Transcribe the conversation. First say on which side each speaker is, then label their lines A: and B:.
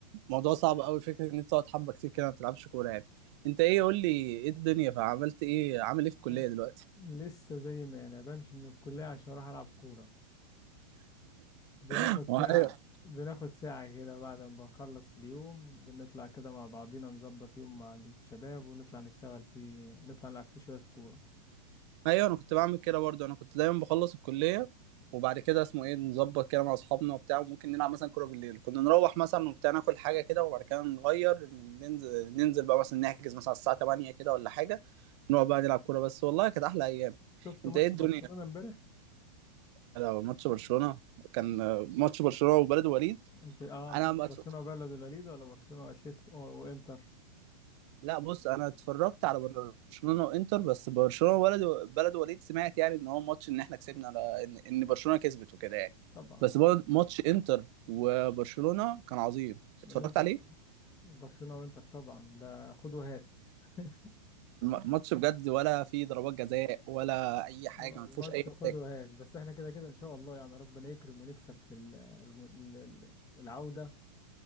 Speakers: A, on the right; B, on the left.
A: موضوع صعب قوي فكرة ان انت تقعد حبة كتير كده ما بتلعبش كورة يعني انت ايه قول لي ايه الدنيا فعملت ايه عامل ايه في الكلية
B: آه،
A: دلوقتي؟
B: لسه زي ما أنا بمشي من الكلية عشان أروح ألعب كورة بناخد
A: <laughs>
B: ساعة بناخد ساعة كده بعد ما بنخلص اليوم بنطلع كده مع بعضينا نظبط يوم مع الشباب ونطلع نشتغل فيه نطلع نلعب فيه شوية كورة
A: ايوه انا كنت بعمل كده برضه انا كنت دايما بخلص الكليه وبعد كده اسمه ايه نظبط كده مع اصحابنا وبتاع وممكن نلعب مثلا كوره بالليل كنا نروح مثلا وبتاع ناكل حاجه كده وبعد كده نغير ننزل ننزل بقى مثلا نحجز مثلا على الساعه 8 كده ولا حاجه نقعد بقى نلعب كوره بس والله كانت احلى ايام
B: شفت
A: انت
B: ماتش
A: ايه الدنيا
B: برشلونة امبارح؟
A: لو ماتش برشلونه كان آه، ماتش برشلونه وبلد وليد
B: انت اه انت
A: انا
B: شفت
A: ما
B: برشلونة
A: أتف-
B: وبلد الوليد ولا برشلونة واتليتيكو وانتر؟
A: لا بص انا اتفرجت على برشلونه وانتر بس برشلونه ولد بلد وليد سمعت يعني ان هو ماتش ان احنا كسبنا على ان ان برشلونه كسبت وكده يعني
B: طبعا
A: بس برضه ماتش انتر وبرشلونه كان عظيم
B: بل
A: اتفرجت
B: انت
A: عليه
B: برشلونة وانتر طبعا ده خد وهات <laughs>
A: الم- ماتش بجد ولا فيه ضربات جزاء ولا اي حاجه
B: آه،
A: ما
B: الماتش
A: فيهوش اي
B: خد
A: مشاكل
B: وهات بس احنا كده كده ان شاء الله يعني ربنا يكرم ونكسب في ال- ال- ال- العودة